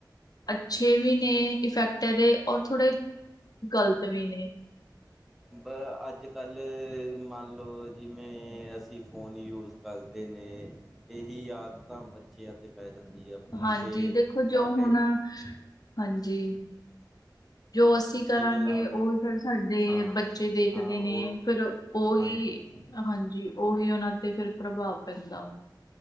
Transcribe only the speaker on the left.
ਅੱਛੇ ਵੀ ਨੇ ਇਫੈਕਟ ਇਹਦੇ ਔਰ ਥੋੜੇ ਗ਼ਲਤ ਵੀ ਨੇ
ਹਾਂਜੀ
ਦੇਖੋ
ਜੋ ਹੁਣ ਹਾਂਜੀ ਜੋ
ਅਸੀਂ ਕਰਾਂਗੇ
ਉਹ ਫਿਰ ਸਾਡੇ
ਬੱਚੇ ਦੇਖਦੇ
ਨੇ ਫਿਰ ਉਹੀ
ਹਾਂਜੀ ਉਹੀ ਉਹਨਾਂ ਤੇ ਫਿਰ ਪ੍ਰਭਾਵ ਪੈਂਦਾ ਵਾ